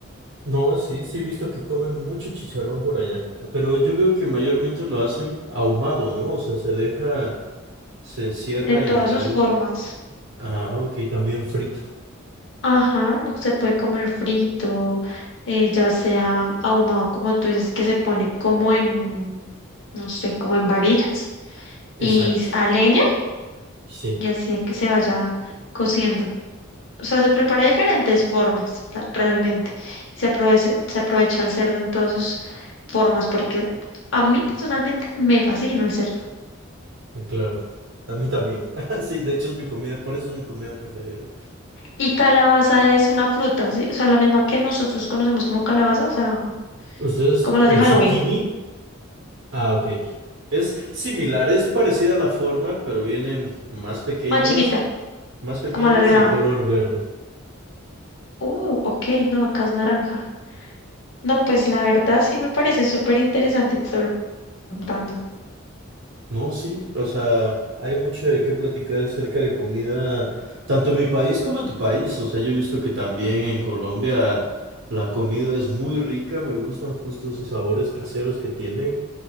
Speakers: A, on the right; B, on the left.
A: No, sí, sí he visto que comen mucho chicharrón por allá, ah, pero yo veo que mayormente lo hacen ahumado, ¿no? O sea, se deja, se cierra
B: De todas
A: en algún...
B: sus formas.
A: Ah, ok, también frito.
B: Ajá, no se puede comer frito, eh, ya sea ahumado como tú dices, que se pone como en, no sé, como en varillas y
A: Exacto,
B: s- a leña
A: sí,
B: y así es que se vaya cociendo. O sea, se prepara de diferentes formas, la- realmente. Se aprovecha, se aprovecha el cerdo en todas sus formas porque a mí personalmente me fascina el cerdo.
A: ah, claro. A mí también. <laughs> Ah, Sí, de hecho es mi comida, por eso es mi comida preferida.
B: Y calabaza es una fruta, ¿sí? O sea, la misma que nosotros conocemos como calabaza, o sea,
A: ¿Ustedes,
B: como las
A: el
B: de Halloween,
A: zucchini? Ah, ok. Es similar, es parecida a la forma, pero vienen más pequeñas,
B: más chiquita,
A: más pequeñas
B: como alargada.
A: y en color verde.
B: Uh, ok, no, acá es naranja. No, pues la verdad sí me parece súper interesante todo lo que estás contando.
A: No, sí, o sea, hay mucho de qué platicar acerca de comida, tanto en mi país como en tu país. O sea, yo he visto que también en Colombia la comida es muy rica, me gustan justo esos sabores caseros que tienen,